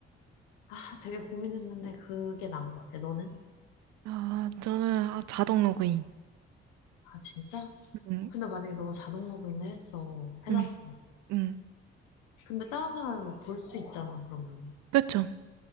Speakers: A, on the left (about 85°); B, on the right (about 70°).
A: 아, 되게 고민했는데 그게 나은 것 같아. 너는?
B: 아, 저는 아, 자동 로그인.
A: 아, 진짜?
B: 음.
A: 근데 만약에 너가 자동 로그인을 했어. 해놨어.
B: 음. 음.
A: 근데 다른 사람은 볼 수 있잖아, 그러면.
B: 그렇죠.